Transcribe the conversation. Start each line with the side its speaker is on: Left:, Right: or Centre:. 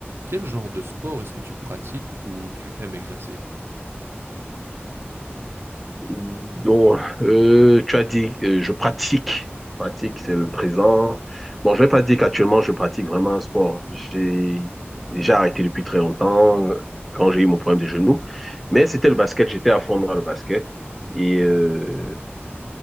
Right: Quel genre de sport est-ce que tu pratiques ou tu aimes exercer?
Centre: Donc, euh, tu as dit, euh, je pratique. Pratique, c'est le présent. Bon, je vais pas dire qu'actuellement, je pratique vraiment un sport. J'ai j'ai arrêté depuis très longtemps euh, quand j'ai eu mon problème des genoux. Mais c'était le basket, j'étais à fond dans le basket. Et euh,